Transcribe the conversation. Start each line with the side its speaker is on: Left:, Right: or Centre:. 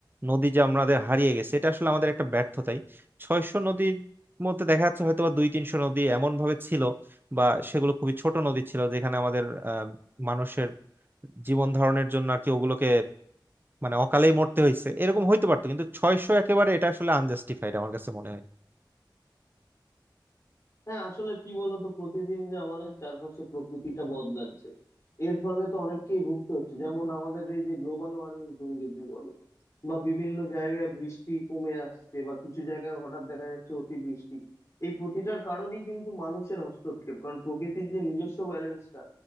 Right: নদী যে আমাদের হারিয়ে গেছে এটা আসলে আমাদের একটা ব্যর্থতাই ছয়শো নদীর মধ্যে দেখা যাচ্ছে হয়তো বা দুই তিনশো নদী এমন ভাবে ছিল বা সেগুলো খুবই ছোট নদী ছিল যেখানে আমাদের আহ, মানুষের জীবন ধারণের জন্য আর কি ওগুলোকে মানে অকালেই মরতে হয়েছে এরকম হইতে পারতো কিন্তু ছয়শো একেবারে এটা আসলে আনজাস্টিফাইড আমার কাছে মনে হয়
Left: হ্যাঁ আসলে কি বলতো প্রতিদিন যে আমাদের চারপাশে প্রকৃতিটা বদলাচ্ছে এর ফলে তো অনেককেই ভুগতে হচ্ছে যেমন আমাদের এই যে গ্লোবাল ওয়ার্মিং তুমি যদি বলো বা বিভিন্ন জায়গায় বৃষ্টি কমে আসছে বা কিছু জায়গায় হঠাৎ দেখা যাচ্ছে অতিবৃষ্টি এই প্রতিটার কারণই কিন্তু মানুষের হস্তক্ষেপ কারণ প্রকৃতির যে নিজস্ব ব্যালেন্সটা